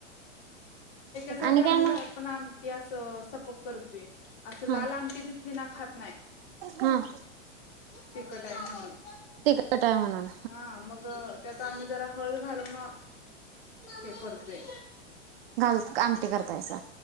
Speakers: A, on the left (about 55°); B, on the right (about 55°).
A: त्याच्यासाठी
B: आणि
A: आम्ही
B: काय मग
A: घरात पण आमटी असं सपक करतोय. अस लाल
B: हा
A: आमटी दिसली ना खात नाही.
B: हा
A: तिखट आहे म्हणून
B: तिखट आहे म्हणून
A: हा मग त्याचा आम्ही जरा हळद घालून ह हे करतोय
B: घाल आमटी करताइसा